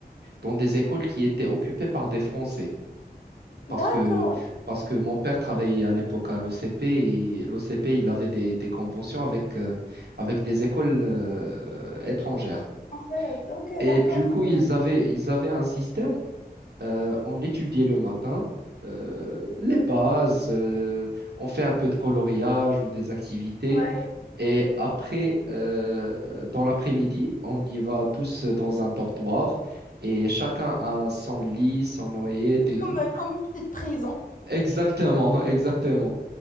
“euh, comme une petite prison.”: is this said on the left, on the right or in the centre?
Left